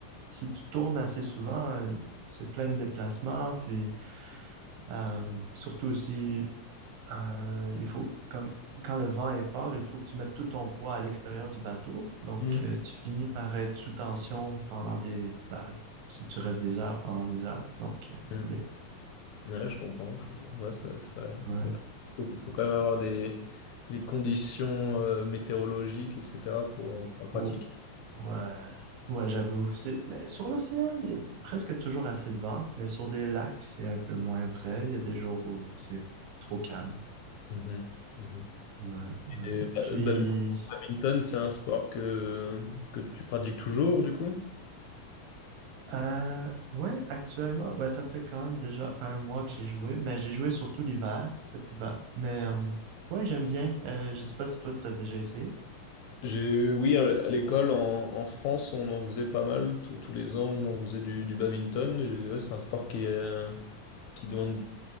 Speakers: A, on the right; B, on the left.
A: si tu tournes assez souvent, euh, c'est plein de déplacements, puis euh, surtout aussi euh, il faut, comme, quand le vent est fort, il faut que tu mettes tout ton poids à l'extérieur du bateau. Donc,
B: Mm.
A: euh, tu finis par être sous tension pendant des, bah, si tu restes des heures, pendant des heures. Donc, euh,
B: Mm.
A: c'est bien.
B: Ouais, je comprends. je comprends. Ouais, ça, ça,
A: Ouais.
B: faut, faut quand même avoir des, les conditions euh, météorologiques, etc., pour, euh, pour le pratiquer.
A: Oh, ouais. Ouais, j'avoue. C'est, mais sur l'océan, il y a presque toujours assez de vent. Mais sur des lacs, c'est un peu moins vrai. Il y a des jours où c'est trop calme.
B: Mhm. Mhm.
A: Ouais, ouais.
B: Et ba-
A: Puis,
B: le badmi- badminton, c'est un sport que, que tu pratiques toujours, du coup?
A: Euh, ouais, actuellement, ben, ça fait quand même déjà un mois que j'ai joué, mais j'ai joué surtout l'hiver, cet hiver. Mais euh, ouais, j'aime bien. Euh, je sais pas si toi, t'as déjà essayé.
B: J'ai, oui, à l- à l'école en, en France, on en faisait pas mal. Tous tous les ans, on en faisait du, du badminton. J'ai- ouais, c'est un sport qui, est, euh, qui demande